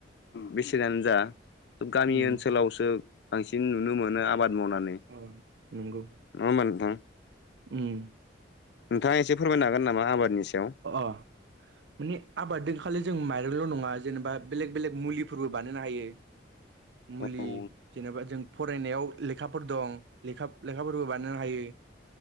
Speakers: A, on the left (about 60°); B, on the right (about 70°).
A: बेसेनानो जा गामि
B: उम
A: ओनसोलावसो बांसिन नुनो मोनो आबाद मावनानै
B: अ। नोंगौ।
A: नङा होमबा नोंथां
B: उम
A: नोंथाङा एसे फोरमायनो हागोन नामा आबादनि सायाव
B: अ माने आबाददों खालि जों माइरंल' नङा जेनेबा बेलेग बेलेग मुलिफोरबो बानायनो हायो। मुलि
A: औ
B: जेनेबा जों फरायनायाव लेखाफोर दं लेखा-लेखाफोरबो बानायनो हायो।